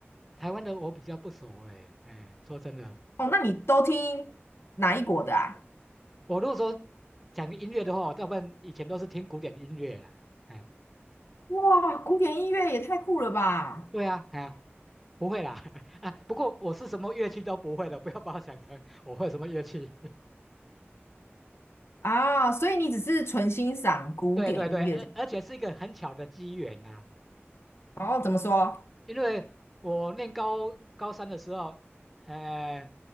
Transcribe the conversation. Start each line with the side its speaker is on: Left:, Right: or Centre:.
Centre: 台湾的我比较不熟嘞，哎，说真的，
Left: 哦，那你都听哪一国的啊？
Centre: 我如果说讲音乐的话，我大部分以前都是听古典音乐啦，哎，
Left: 哇，古典音乐也太酷了吧！
Centre: 对啊，哎呀，不会啦，<laughs> 啊，不过我是什么乐器都不会的，不要把我想成我会什么乐器，
Left: 啊，所以你只是纯欣赏古典音乐这
Centre: <laughs> 对对对，而而且是一个很巧的机缘呐、
Left: 哦，怎么说？
Centre: 因为我念高高三的时候，呃，